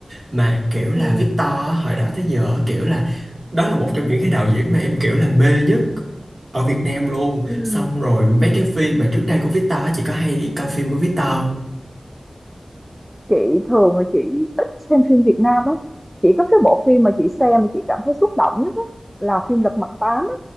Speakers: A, on the right; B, in the centre.
A: Mà kiểu là
B: ừ
A: Victor á, hồi đó tới giờ á, kiểu là đó là một trong những cái đạo diễn mà em kiểu là mê nhất ở Việt Nam luôn
B: ừ
A: xong rồi mấy
B: ừ
A: cái phim mà trước đây của Victor á, chị có hay coi phim của Victor không
B: Chị thường là chị ít xem phim Việt Nam lắm. Chỉ có cái bộ phim mà chị xem mà chị cảm thấy xúc động nhất á, là phim Lật Mặt Tám á.